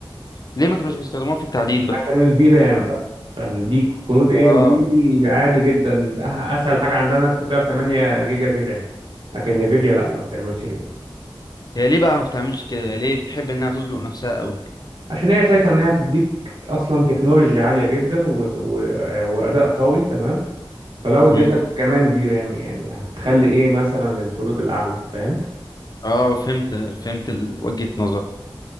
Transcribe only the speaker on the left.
ليه ما كانوش بيستخدموها في التعدين بقى
اه
هي ليه بقى ما بتعملش كده هي ليه بتحب انها تزنق نفسها قوي
امم
اه فهمت فهمت ال- وجهة نظر